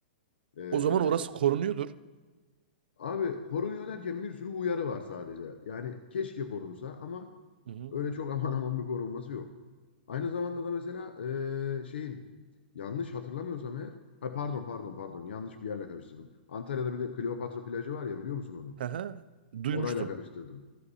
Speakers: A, on the left; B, on the right.
A: E,
B: o zaman orası korunuyordur.
A: Abi korunuyor derken bir sürü uyarı var sadece. Yani keşke korunsa ama
B: Hı hı.
A: öyle çok <laughs> aman aman bir korunması yok. Aynı zamanda da mesela eee, şeyin yanlış hatırlamıyorsam eğer ha, pardon pardon pardon yanlış bir yerle karıştırdım. Antalya'da bir de Kleopatra plajı var ya biliyor musun onu?
B: Hı hı. Duymuştum.
A: Orayla karıştırdım.